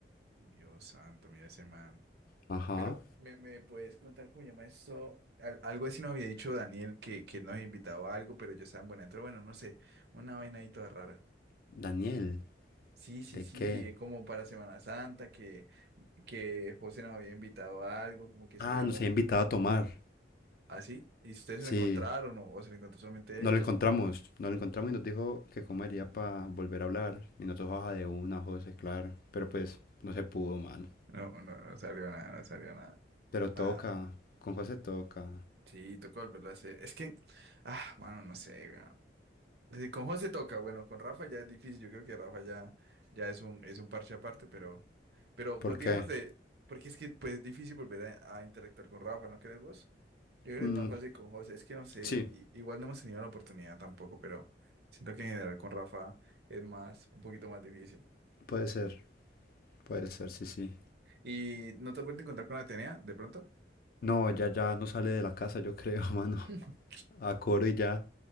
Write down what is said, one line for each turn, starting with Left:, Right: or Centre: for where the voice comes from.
Right: Dios santo, mira ese man.
Left: Ajá.
Right: Pero, ¿me, me puedes contar cómo llama eso? Al- algo así nos había dicho Daniel que, que él nos había invitado a algo, pero yo estaba en Buenaventura, bueno, no sé, una vaina ahí toda rara.
Left: Daniel,
Right: Sí, sí,
Left: ¿de
Right: sí,
Left: qué?
Right: eh, como para Semana Santa, que, que José nos había invitado a algo, como que
Left: Ah,
Right: salíamos
Left: nos había invitado a tomar.
Right: así. ¿Y ustedes
Left: Sí,
Right: se lo encontraron o, o se lo encontró solamente
Left: no
Right: él?
Left: lo
Right: O...
Left: encontramos. No lo encontramos y nos dijo que comería para volver a hablar. Y nosotros, baja de una, José, claro. Pero pues no se pudo, mano.
Right: No, no, no salió nada, no salió nada.
Left: Pero toca,
Right: Nada.
Left: con José toca.
Right: Sí, tocó volverlo a hacer. Es que, ah, mano, no sé, weón. Sí, con José toca, bueno, con Rafa ya es difícil, yo creo que Rafa ya, ya es un, es un parche aparte, pero, pero
Left: ¿Por
Right: vos digamos
Left: qué?
Right: de, porque es que pues es difícil volver a, a interactuar con Rafa, ¿no crees vos? Yo creo que
Left: Mm,
Right: es más fácil con José, es que no sé,
Left: sí,
Right: i- igual no hemos tenido la oportunidad tampoco, pero siento que en general con Rafa es más, un poquito más difícil.
Left: puede ser, puede ser, sí, sí.
Right: ¿Y no te has vuelto a encontrar con Atenea de pronto?
Left: No, ya ya no sale de la casa, yo creo, <laughs> mano.
Right: <laughs>
Left: A coro y ya,